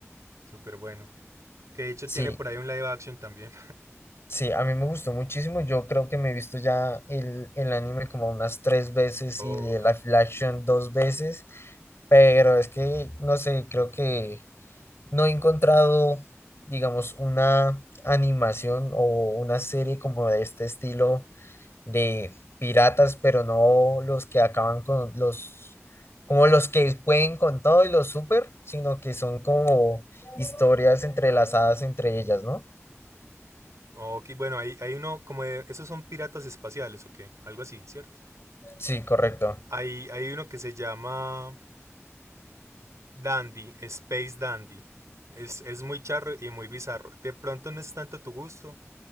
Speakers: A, on the right; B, on the left.
A: súper bueno. Que de hecho
B: Sí,
A: tiene por ahí un live action también.
B: sí, a mí me gustó muchísimo. Yo creo que me he visto ya el, el anime como unas tres veces
A: <laughs> Oh,
B: y el live action dos veces. Pero es que, no sé, creo que No he encontrado, digamos, una animación o una serie como de este estilo de piratas, pero no los que acaban con los, como los que pueden con todo y los super, sino que son como historias entrelazadas entre ellas, ¿no?
A: Ok, bueno, hay, hay uno como de... Esos son piratas espaciales, ¿o qué? Algo así, ¿cierto?
B: Sí, correcto.
A: Hay, hay uno que se llama Dandy, Space Dandy. Es, es muy charro y muy bizarro. De pronto no es tanto tu gusto,